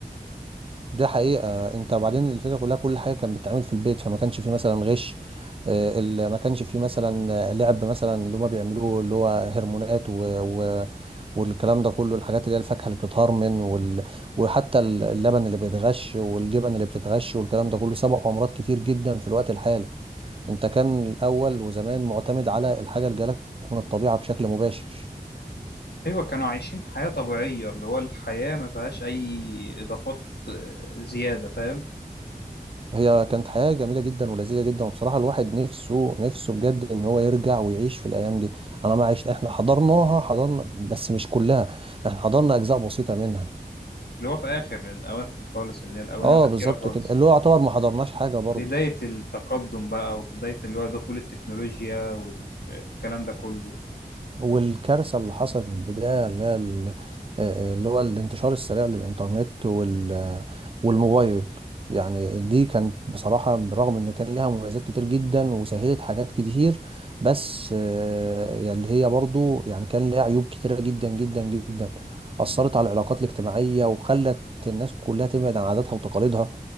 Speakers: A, on the right; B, on the left.
A: ده حقيقه انت وبعدين الفكره كلها كل حاجه كانت بتتعمل في البيت فما كانش فيه مثلا غش آه، ال- ما كانش فيه مثلا لعب مثلا اللي هما بيعملوه اللي هو هرمونات و... و... والكلام ده كله الحاجات اللي هي الفاكهه اللي بتتهرمن وال... وحتى اللبن اللي بيتغش والجبن اللي بتتغش والكلام ده كله سبق امراض كتير جدا في الوقت الحالي انت كان الاول وزمان معتمد على الحاجه اللي جالك من الطبيعه بشكل مباشر
B: ايوه كانوا عايشين حياه طبيعيه اللي هو الحياه ما فيهاش اي اضافات آه، زياده فاهم
A: وهي كانت حياه جميله جدا ولذيذه جدا وبصراحه الواحد نفسه نفسه بجد ان هو يرجع ويعيش في الايام دي انا ما عشت احنا حضرناها حضرنا بس مش كلها احنا حضرنا اجزاء بسيطه منها
B: اللي هو في آخر الأواخر خالص اللي هي الآونة
A: اه
B: الأخيرة
A: بالظبط
B: خالص
A: كده اللي هو يعتبر ما حضرناش حاجه برضه
B: بداية التقدم بقى وبداية اللي هو دخول التكنولوجيا والكلام ده كله
A: والكارثة اللي حصلت من البداية اللي هي ال- آه، آه، اللي هو الانتشار السريع للإنترنت وال- والموبايل يعني دي كانت بصراحة بالرغم إن كان ليها مميزات كتير جدا وسهلت حاجات كتير بس آه، يعني اللي هي برضو يعني كان ليها عيوب كتيرة جدا جدا جدا أثرت على العلاقات الاجتماعية وخلت الناس كلها تبعد عن عاداتها وتقاليدها